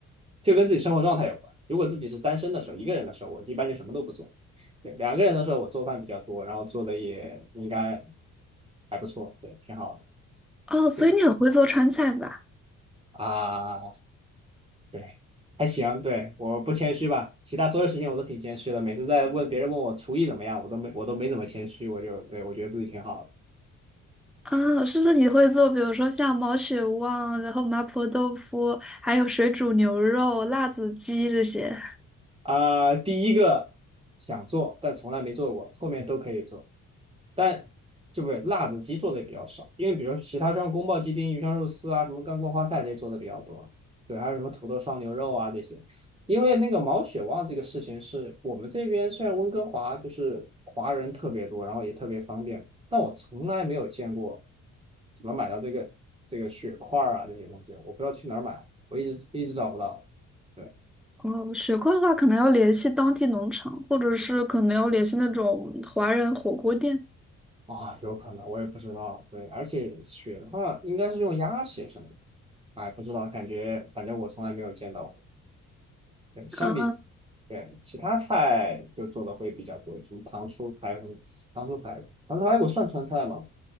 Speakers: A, on the right; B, in the centre.
A: 就跟自己生活状态有关。如果自己是单身的时候，一个人的时候，我一般就什么都不做。对，两个人的时候，我做饭比较多，然后做的也应该还不错，对，挺好的。
B: 哦，所以你很会做川菜吧？
A: 就啊，对，还行，对，我不谦虚吧，其他所有事情我都挺谦虚的。每次在问别人问我厨艺怎么样，我都没我都没怎么谦虚，我就对我觉得自己挺好的。
B: 啊，是不是你会做，比如说像毛血旺，然后麻婆豆腐，还有水煮牛肉、辣子鸡这些？
A: 啊、第一个想做但从来没做过，后面都可以做，但就不对，辣子鸡做的也比较少，因为比如其他像宫保鸡丁、鱼香肉丝啊，什么干锅花菜这些做的比较多，对，还有什么土豆烧牛肉啊这些。因为那个毛血旺这个事情是我们这边虽然温哥华就是华人特别多，然后也特别方便，但我从来没有见过怎么买到这个这个血块儿啊这些东西，我不知道去哪儿买，我一直一直找不到。对。
B: 哦，雪块的话，可能要联系当地农场，或者是可能要联系那种华人火锅店。
A: 啊，有可能，我也不知道。对，而且血的话，应该是用鸭血什么的。哎，不知道，感觉反正我从来没有见到过。对，相比起
B: 啊
A: 对其他菜就做的会比较多，什么糖醋排骨、糖醋排骨、糖醋排骨算川菜吗？